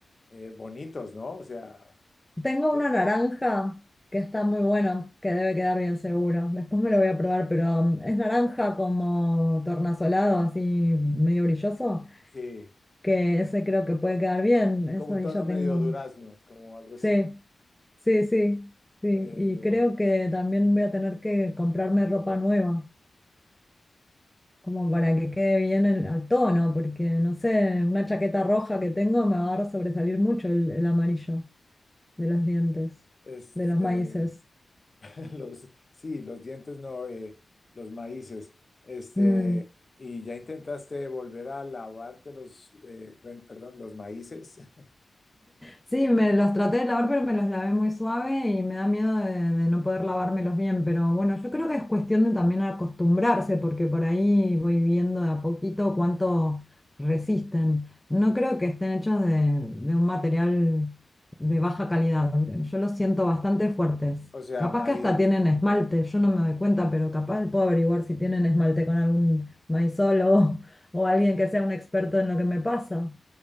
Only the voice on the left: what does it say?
eh, bonitos, ¿no? O sea,
que-
sí,
como un
tono
medio durazno, como algo así.
Eh,
este,
<laughs> los, sí, los dientes no, eh, los maíces. Este,
y ya intentaste volver a lavarte los, eh, bueno, perdón, los maíces. <laughs>
O sea,
maíz,